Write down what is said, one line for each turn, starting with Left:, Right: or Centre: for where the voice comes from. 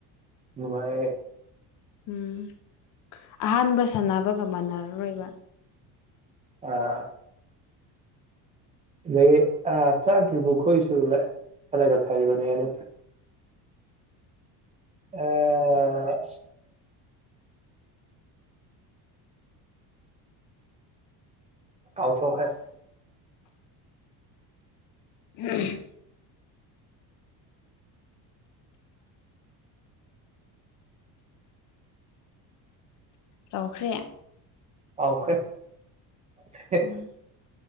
Right: ꯅꯨꯡꯥꯏꯌꯦ
Left: ꯎꯝ ꯑꯍꯥꯟꯕ ꯁꯥꯟꯅꯕꯒ ꯃꯥꯟꯅꯔꯔꯣꯏꯕ
Right: ꯑꯥ <unintelligible> ꯑꯥ ꯑꯁ ꯀꯥꯎꯊꯣꯛꯈ꯭ꯔꯦ
Left: ꯎꯝ ꯂꯥꯎꯈ꯭ꯔꯦ
Right: ꯑꯥꯎꯈ꯭ꯔꯦ <unintelligible>
Left: ꯎꯝ